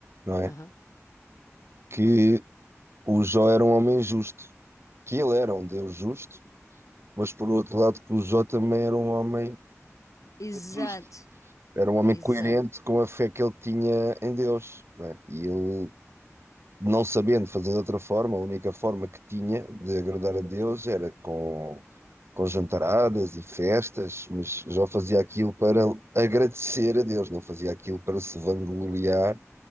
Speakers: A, on the right; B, on the left.
A: não é?
B: Aham.
A: Que o Jó era um homem justo, que ele era um Deus justo mas por outro lado que o Jó também era um homem
B: Exato,
A: justo, era um homem
B: exato.
A: coerente com a fé que ele tinha em Deus, né? E ele, não sabendo fazer de outra forma, a única forma que tinha de agradar a Deus era com, com jantaradas e festas, mas Jó fazia aquilo para agradecer a Deus, não fazia aquilo para se vangloriar